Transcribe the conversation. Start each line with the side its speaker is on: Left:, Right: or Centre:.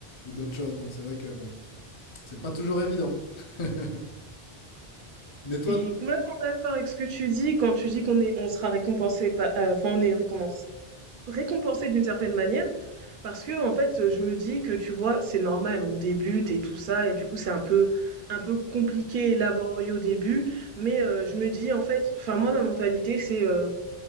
Left: ou d'autres choses. Donc, c'est vrai que, bon, c'est pas toujours évident. <laughs> Mais toi,
Right: Je suis complètement d'accord avec ce que tu dis quand tu dis qu'on est on sera récompensé pa heu, enfin on est récompensé, récompensé d'une certaine manière parce que en fait, heu, je me dis que, tu vois, c'est normal, on débute et tout ça et du coup, c'est un peu un peu compliqué et laborieux au début mais heu, je me dis en fait enfin moi ma mentalité c'est, euh,